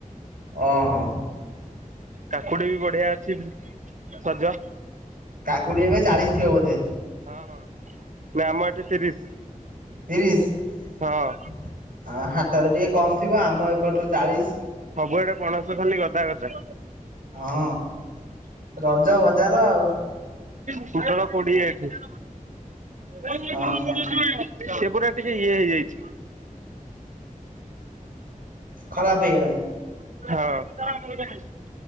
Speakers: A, on the right; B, on the right.
A: ଓହୋ
B: କାକୁଡି ବି ବଢିଆ ଅଛି ସଜ
A: କାକୁଡି ଏବେ ଚାଳିଶ ଥିବ ବୋଧେ
B: ହଁ ହ ନ ଆମ ତିରିଶ
A: ତିରିଶ
B: ହଁ।
A: ହାଟରେ ଟିକ କମ୍ ଥିବ ଆମ ଏପଟରେ ଚାଳିଶ
B: ସବୁଆଡେ ପଣସ ଖାଲି ଗଦା କଥାା
A: ହଁ ରଜ ବଜାର ଆଉ
B: କୁଟଳ <inaudible> କୋଡିଏ ଏଠି <inaudible> ସେ
A: ହଁ
B: ପୁରା ଟିକେ ଇଏ ହେଇଯାଇଛି,
A: ଖରାପ ହେଇଗଲାଣିି
B: ହଁ <inaudible>